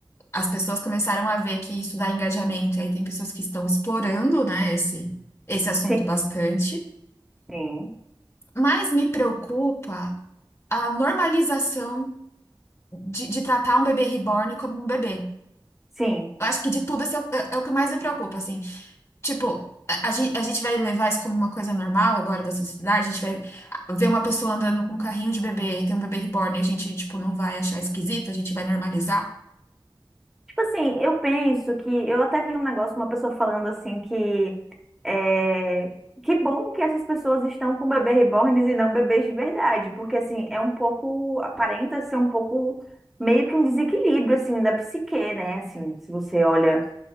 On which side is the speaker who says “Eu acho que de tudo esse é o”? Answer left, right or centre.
Left